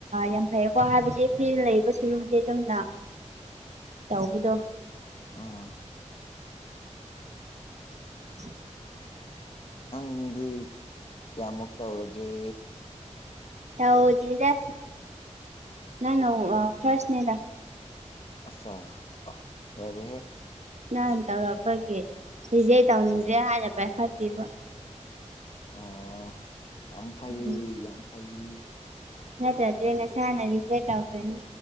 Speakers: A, on the right; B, on the left.
A: ꯌꯥꯝ ꯐꯩꯌꯦꯀꯣ ꯍꯥꯏꯕꯗꯤ ꯐꯤ ꯂꯩꯕ ꯁꯨꯔꯨꯗꯤ ꯑꯗꯨꯝꯅ ꯇꯧꯕꯗꯣ
B: ꯑꯥ
A: <unintelligible>
B: ꯅꯪꯗꯤ ꯀꯌꯥꯃꯨꯛ ꯇꯧꯔꯒꯦ
A: ꯇꯧꯗ꯭ꯔꯤꯗ ꯅꯪꯅ ꯐꯁꯅꯦꯗ
B: ꯑꯆꯥꯥ ꯑ ꯂꯣꯏꯔꯦꯍꯦ
A: ꯅꯪ ꯇꯧꯔꯛꯄꯒꯤ ꯐꯤꯖꯩ ꯇꯧꯅꯤꯡꯗ꯭ꯔꯦ ꯍꯥꯏꯅ ꯄꯥꯏꯈꯠꯇꯤꯕ
B: ꯑꯣ ꯌꯥꯝ ꯐꯩꯌꯦ
A: ꯎꯝ
B: ꯌꯥꯝ ꯐꯩꯌꯦ
A: ꯅꯠꯇ꯭ꯔꯗꯤ ꯉꯁꯥꯏꯅ ꯔꯤꯖꯦꯛ ꯇꯧꯈ꯭ꯔꯅꯤ